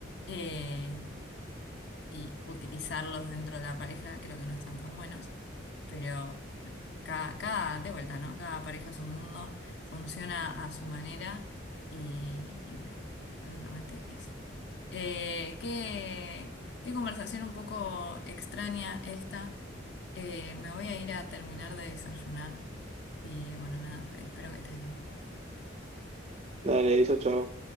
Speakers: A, on the left; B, on the right.
A: Eh, y utilizarlos dentro de la pareja, creo que no están tan buenos, pero bueno, cada, cada, de vuelta, ¿no? Cada pareja es un mundo, funciona a su manera y, y bueno, básicamente eso. Eh, qué, qué conversación un poco extraña esta. Eh, me voy a ir a terminar de desayunar y bueno, nada, Fede, espero que estés bien.
B: Dale, eso, chao.